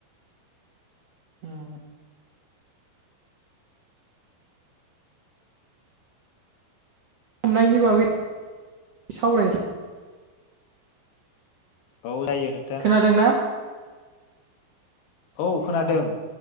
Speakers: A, on the right (about 50°); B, on the left (about 70°).
A: उम। हमनायनि बागै सावरायनोसै
B: औ जायो नोंथां।
A: खोनादोंना
B: औ खोनादों।
A: अ